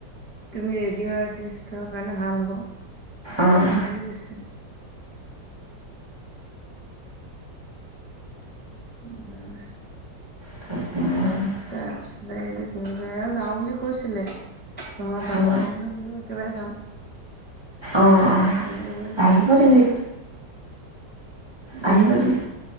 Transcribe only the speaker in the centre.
তুমি ৰেডিঅ' আৰ্টিষ্টৰ কাৰণে ভাল হ'ব।
তেনেকে বুলি কৈছে। উম
তাৰপিছতে এইটো কি বুলি কয়, এওঁ যাওঁ বুলি কৈছিলে। তঁহত তালে
মইহে বোলো একেবাৰে যাম।
এনেকে বুলি কৈছিলে
উম,